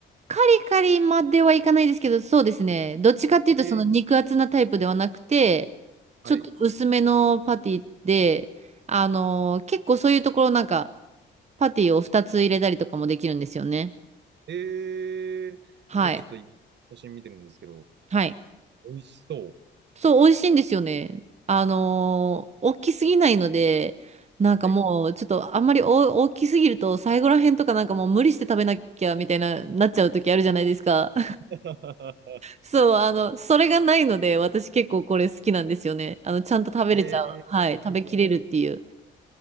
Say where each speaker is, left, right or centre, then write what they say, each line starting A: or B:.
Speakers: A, on the right (about 35°); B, on the right (about 60°).
A: カリカリまではいかないですけど、そうですね。どっちかっていうと、
B: えー、
A: その肉厚なタイプではなくて、
B: はい。
A: ちょっと薄めのパティで、あのー結構そういうところなんか、パティを2つ入れたりとかもできるんですよね。
B: えー、
A: はい。
B: いや、ちょっと今、写真見てるんですけど、
A: はい。
B: 美味しそう。
A: そう、美味しいんですよね。あのー大きすぎないので、なんかもう、
B: はい。
A: ちょっとあんまり大大きすぎると、最後らへんとかなんかもう無理して食べなきゃみたいな、なっちゃう時あるじゃないですか。
B: <laughs>
A: そう、あの、それがないので、私結構これ好きなんですよね。あの、ちゃんと食べれちゃう。
B: えー、
A: はい。食べきれるっていう。
B: いいな。